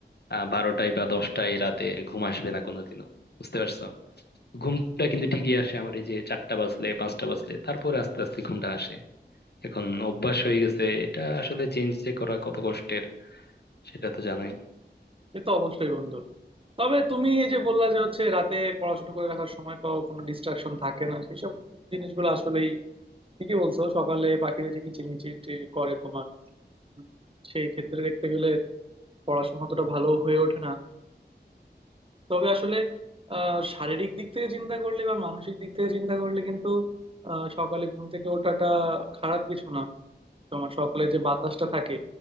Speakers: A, on the left; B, on the right.
A: আহ, বারোটায় বা দশটায় রাতে ঘুম আসবে না কোনোদিনও বুঝতে পারছো ঘুমটা কিন্তু ঠিকই আসে আমার এই যে চারটা বাজলে পাঁচটা বাজলে তারপরে আস্তে আস্তে ঘুমটা আসে এখন অভ্যাস হয়ে গেছে এটা আসলে চেঞ্জ যে করা কত কষ্টের সেটা তো জানোই
B: সে তো অবশ্যই বন্ধু তবে তুমি এই যে বললা যে হচ্ছে রাতে পড়াশোনা করে রাখার সময় পাও কোনো ডিস্ট্রাকশন থাকে না সেসব জিনিসগুলো আসলেই ঠিকই বলছো সকালে পাখিরা যে কিচিরমিচির করে তোমার উম, সেই ক্ষেত্রে দেখতে গেলে পড়াশোনা অতটা ভালো হয়ে ওঠে না তবে আসলে আহ শারীরিক দিক থেকে চিন্তা করলে বা মানসিক দিক থেকে চিন্তা করলে কিন্তু আহ সকালে ঘুম থেকে ওঠাটা খারাপ কিছু না তোমার সকালে যে বাতাসটা থাকে